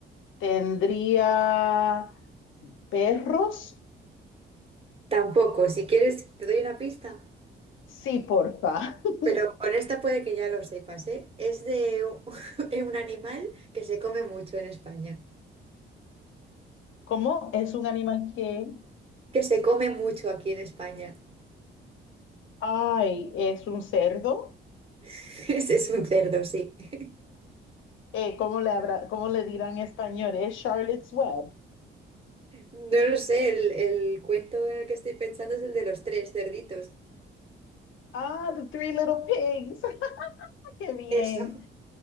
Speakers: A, on the left; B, on the right.
A: ¿Tendría perros?
B: tampoco. Si quieres, te doy una pista.
A: Sí, porfa. <laughs>
B: Pero con esta puede que ya lo sepas, ¿eh? Es de u- <laughs> de un animal que se come mucho en España.
A: ¿Cómo es un animal que,
B: Que se come mucho aquí en España.
A: ay, es un cerdo?
B: <laughs> Ese es un cerdo, sí. <laughs>
A: Eh, ¿cómo le habrá, cómo le dirán en español? Es Charlotte's Web.
B: No lo sé, el, el cuento en el que estoy pensando es el de los tres cerditos.
A: Ah, The Three Little Pigs. <laughs> Qué bien.
B: Eso.